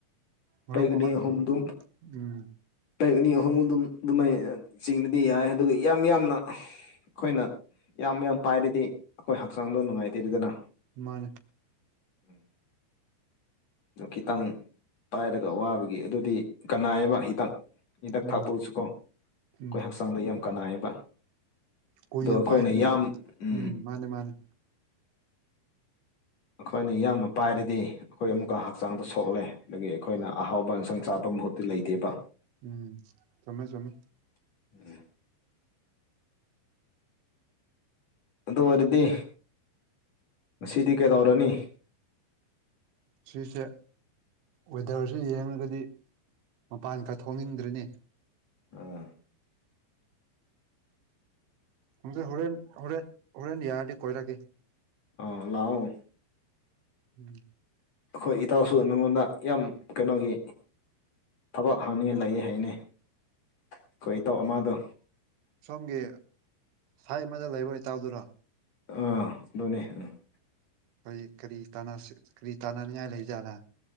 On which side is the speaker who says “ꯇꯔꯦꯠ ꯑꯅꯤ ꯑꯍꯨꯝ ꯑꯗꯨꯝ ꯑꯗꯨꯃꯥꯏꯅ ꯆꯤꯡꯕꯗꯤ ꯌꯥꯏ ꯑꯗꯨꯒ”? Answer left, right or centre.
Left